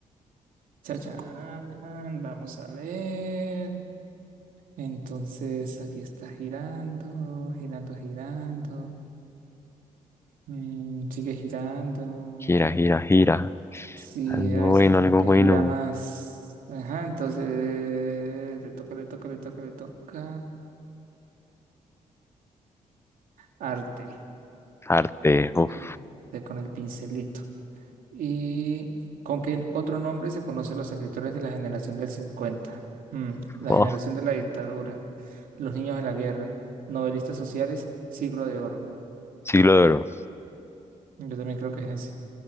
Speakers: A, on the right; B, on the left.
A: Chachán, vamos a ver. Entonces, aquí está girando, girando, girando. Mm, sigue girando.
B: Gira, gira, gira.
A: Sí,
B: Algo
A: a veces
B: bueno,
A: como
B: algo
A: que
B: bueno.
A: gira más. Ajá, entonces le toca, le toca, le toca, le toca. Arte.
B: Arte. Uf,
A: arte con el pincelito. ¿Y con qué otro nombre se conocen los escritores de la generación del cincuenta, Mm, la
B: oh,
A: generación de la dictadura, los niños de la guerra, novelistas sociales, siglo de oro.
B: siglo de oro.
A: Yo también creo que es ese.